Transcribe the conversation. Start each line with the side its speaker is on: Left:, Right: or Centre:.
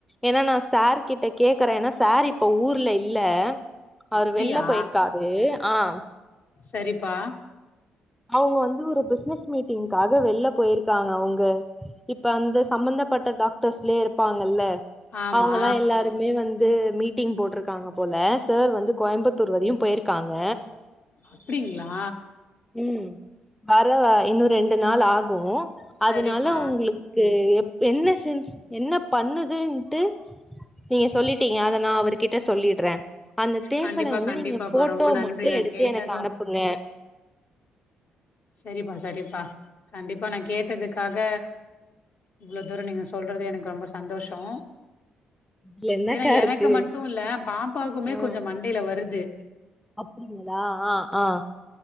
Centre: ஏனா நா சார் கிட்ட கேக்குறே ஏனா சார் இப்ப ஊர்ல இல்ல அவ்ரு
Left: அப்டியா
Centre: வெள்ல போய்ருக்காரு ஆஹ்
Left: சரிப்பா
Centre: அவுங்க வந்து ஒரு பிஸ்னஸ் மீட்டிங்காக வெள்ல போய் இருக்காங்க அவுங்க இப்ப அந்த சம்பந்தப்பட்ட டாக்டர்ஸ்லயே இருப்பாங்கல்ல
Left: ஆமா
Centre: அவுங்கல்லா எல்லாருமே வந் து மீட்டிங் போட்டிருக்காங்க போல சார் வந்து கோயம்புத்தூர் வரையும் போயிருக்காங்க
Left: அப்டிங்க்ளா
Centre: உம் வரவா இன்னு ரெண்டு நாள் ஆகு அதுனால
Left: சரிப்பா
Centre: உங்களுக்கு என்ன சின்ஸ் என்ன பண்ணுதுன்ட்டு நீங்க சொல்லிட்டீங்க அத நானக்ஷ அவர்கிட்ட சொல்லிட்றே அந்த தேம்பல
Left: கண்டிப்பா
Centre: வந்து
Left: கண்டிப்பாப்பா
Centre: நீங்க ஃபோட்டோ
Left: ரொம்ப நன்றி
Centre: மட்டு
Left: நா
Centre: எடுத்து
Left: கேட்டது
Centre: எனக்கு அனுப்புங்க
Left: சரிப்பா சரிப்பா கண்டிப்பா நா கேட்டதுக்காக இவ்ளோதூர நீங்க சொல்றது எனக்கு ரொம்ப சந்தோஷோ
Centre: இதுல என்னக்கா
Left: ஏன்னா எனக்கு
Centre: இருக்கு
Left: மட்டு இல்ல பாப் குமே
Centre: ஆ
Left: கொஞ்சொ மண்டையில வ வருது
Centre: அப்டிங்களா ஆஹ் ஆஹ்